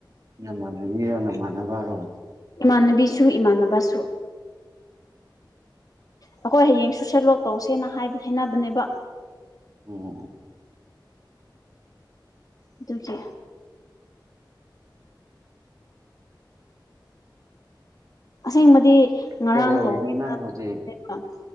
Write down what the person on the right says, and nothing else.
ꯅꯃꯥꯅꯕꯤꯔꯣ ꯅꯃꯥꯅꯕꯔꯣ
ꯑꯣ
ꯀꯩꯗꯧꯔꯤꯅꯣ
ꯅꯪ ꯍꯧꯖꯤꯛ